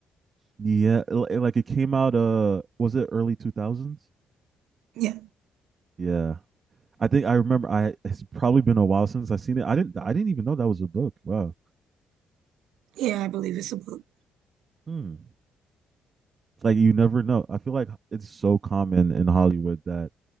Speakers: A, on the right (about 40°); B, on the right (about 80°).
A: Yeah, like it came out uh was it early 2000s?
B: Yeah,
A: Yeah. I think I remember. I it's probably been a while since I seen it. I didn't. I didn't even know that was a book. Wow.
B: yeah, I believe it's a book.
A: Hmm. Like you never know. I feel like it's so common in Hollywood that